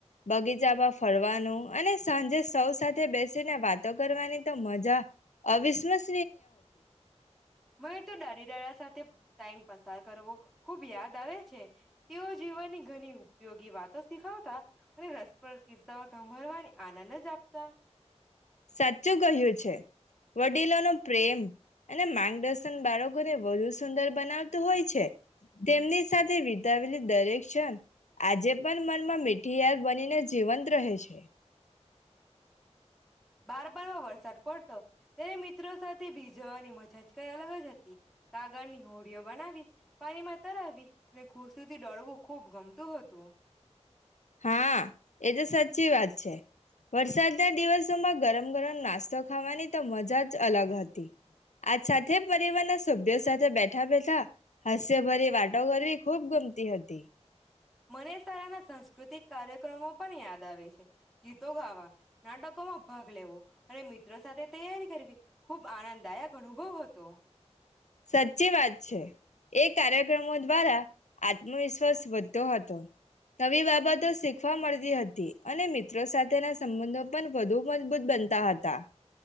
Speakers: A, on the left; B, in the centre.
A: બગીચામાં ફરવાનુ અને સાંજે સૌ સાથે બેસીને વાતો કરવાની તો મજા અવિસ્મસ
B: મને તો દાદી દાદા સાથે ટાઈમ પસાર કરવો ખુબ યાદ આવે છે. તેઓ જીવનની ઘણી ઉપયોગી વાત તો શીખાવતા અને રસપ્ર કિસ્સા સાભરવાની આનંદ જ જાપતા
A: સાચું કહ્યું છે. વડીલો નો પ્રેમ અને માર્ગદર્શન બાળકોને વધુ સુંદર બનાવતું હોય છે તેમની સાથે વિતાવેલી દરેક ક્ષણ આજે પણ મનમાં મીઠીયાર બનીને જીવંત રહે છે.
B: બાર બાર વરસાદ પ તો તેને મિત્રો સાથે ભીજવાની મ જા કઈ અલગ જ હતી. કાગળની હોડીઓ બનાવી પાણીમાં તરાવી અને ખુશીથી ડળવું ખૂબ ગમતું હતું.
A: હા એ તો સાચી વાત સાચી વાત છે વરસાદના દિવસોમાં ગરમ ગરમ નાસ્તો ખાવાની તો મજા જ અલગ હતી આજ સાથે પરિવારના સભ્યો સાથે બેઠા બેઠા હાસ્યભરી વાતો કરવી ખૂબ ગુમતી હતી.
B: મને શારાના સાંસ્કૃતિક કાર્યક્રમો પણ યાદ આવે છે ગીતો ગાવા નાટકોમાં ભાગ લેવો અને મિત્રો સાથે તૈયારી કરવી ખૂબ આનંદદાયક અનુભવ હતો.
A: સાચી વાત છે. એ કાર્યક્રમો દ્વારા આત્મવિશ્વાસ વધતો હતો નવી બાબતો શીખવા મળતી હતી અને મિત્રો સાથેના સંબંધો પણ વધુ મજબૂત બનતા હતા.